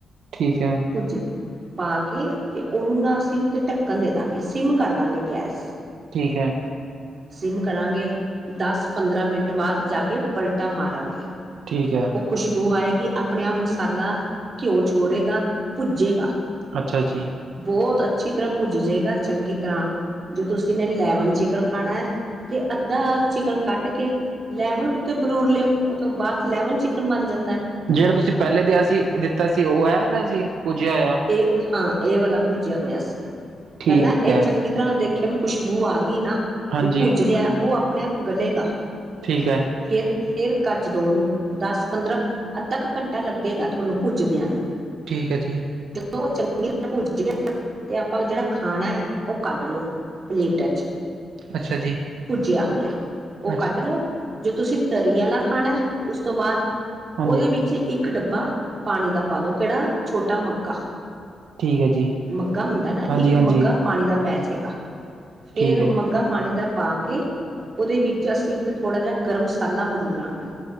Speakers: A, on the right; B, on the right.
A: ਠੀਕ ਐ।
B: <unintelligible> ਪਾ ਕੇ ਤੇ ਉਨੂੰ ਨਾ ਅਸੀਂ ਉਤੇ ਢੱਕਣ ਦੇ ਦਾਂਗੇ ਸਿਮ ਕਰ ਦਾਂਗੇ ਗੈਸ।
A: ਠੀਕ ਐ।
B: ਸਿਮ ਕਰਾਂਗੇ ਦਸ-ਪੰਦਰਾਂ ਮਿੰਟ ਬਾਦ ਜਾ ਕੇ ਪਲਟਾ ਮਾਰਾਂਗੇ।
A: ਠੀਕ ਐ।
B: ਓ ਖੁਸ਼ਬੂ ਆਏਗੀ ਆਪਣੇ ਆਪ ਮਸਾਲਾ ਘਿਓ ਛੋੜੇਗਾ ਪੁੱਜੇਗਾ।
A: ਅੱਛਾ ਜੀ
B: ਬੋਤ ਅੱਛੀ ਤਰ੍ਹਾਂ ਪੁੱਜ ਜਾਏਗਾ ਚੰਗੀ ਤਰ੍ਹਾਂ। ਜੋ ਤੁਸੀਂ ਨੇ ਲੈਮਨ ਚਿਕਨ ਖਾਣਾ ਐ ਤੇ ਅੱਧਾ ਚਿਕਨ ਕੱਢ ਕੇ ਲੈਮਨ ਤੇ ਬਰੂਰ ਲਿਓ ਉਹ ਤੋਂ ਬਾਦ ਲੈਮਨ ਚਿਕਨ ਬਣ ਜਾਂਦੈ।
A: ਜੇੜਾ ਤੁਸੀਂ ਪਹਿਲੇ ਦਿਆ ਸੀ ਦਿੱਤਾ ਸੀ ਓ ਅਲਾ ਸੀ ਪੁੱਜਿਆ ਹੋਇਆ।
B: ਏ ਹਾਂ ਏ ਵਾਲਾ ਭੁਜਿਆ ਹੋਇਆ ਸੀ
A: ਠੀਕ
B: ਪਹਿਲਾਂ ਏ
A: ਹੈ
B: ਚੰਗੀ ਤਰਾ ਦੇਖਿਆ ਵੀ ਖੁਸ਼ਬੂ ਆਗੀ ਨਾ।
A: ਹਾਂਜੀ
B: ਏ ਭੁਜ ਰਿਆ ਓ ਆਪਣੇ ਆਪ ਗਲੇਗਾ।
A: ਠੀਕ ਹੈ
B: ਫੇਰ-ਫੇਰ ਕਜ ਦੋ ਉਨੂੰ ਦਸ ਪੰਦਰਾਂ ਅੱਧਾ ਕ ਘੰਟਾ ਲੱਗੇਗਾ ਤੁਹਾਨੂੰ ਭੁਜਦਿਆਂ ਨੂੰ।
A: ਠੀਕ ਐ ਜੀ।
B: ਜਦੋਂ ਓ ਚੰਗੀ ਤਰ੍ਹਾਂ ਭੁੱਜ ਗਿਆ ਤੇ ਆਪਾਂ ਜੇੜਾ ਖਾਨੈ ਓ ਕੱਢ ਲੋ। Play touch.
A: ਅੱਛਾ ਜੀ।
B: ਭੁਜਿਆ ਹੋਇਆ ਓ
A: ਅੱਛਾ
B: ਕੱਢ ਲਓ ਜੋ ਤੁਸੀਂ ਤਰੀ ਆਲਾ ਖਾਣਾ ਉਸ ਤੋਂ ਬਾਦ
A: ਹਾਂਜੀ
B: ਓਦੇ ਵਿੱਚ ਇੱਕ ਡੱਬਾ ਪਾਣੀ ਦਾ ਪਾ ਦੋ ਕੇੜਾ ਛੋਟਾ ਮੱ ਗਾ
A: ਠੀਕ ਹੈ ਜੀ
B: ਮਗਾ ਹੁੰਦਾ ਨਾ
A: ਹਾਂਜੀ
B: ਇੱਕ
A: ਹਾਂਜੀ
B: ਮੱਗਾ ਪਾਣੀ ਦਾ ਪੈ ਜੇਗਾ ਫੇਰ
A: ਠੀਕ ਹੈ।
B: ਮਗਾ ਪਾਣੀ ਦਾ ਪਾ ਕੇ ਉਦੇ ਵਿੱਚ ਅਸੀਂ ਉੱਤੇ ਥੋੜ੍ਹਾ ਜਾ ਗਰਮ ਮਸਾਲਾ ਬਰੂ ਲਾਂਗੇ।